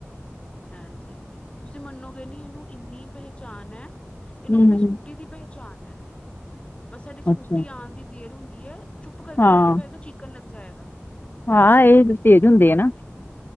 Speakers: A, on the left (about 25°); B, on the left (about 45°).
A: ਹਾਂਜੀ ਤੁਸੀਂ ਮੰਨੋਗੇ ਨੀ, ਇਹਨੂੰ ਇੰਨੀ ਪਹਿਚਾਣ ਹੈ, ਇਹਨੂੰ
B: ਹੂੰ
A: ਆਪਣੀ
B: ਹੂੰ
A: ਸਕੂਟੀ ਦੀ ਪਹਿ ਆ ਹੈ ਬਸ ਸਾਡੀ ਸਕੂਟੀ
B: ਅੱਛਾ
A: ਆਉਣ ਦੀ ਦੇਰ ਹੁੰਦੀ ਹੈ, ਚੁੱਪ ਕਰਕੇ
B: ਹਾਂ
A: ਬੈਠਾ ਹੋਏਗਾ, ਚੀ ਣ ਲੱਗ ਜਾਏਗਾ।
B: ਹਾਂ ਇਹ ਤੇਜ਼ ਹੁੰਦੇ ਆ ਨਾ,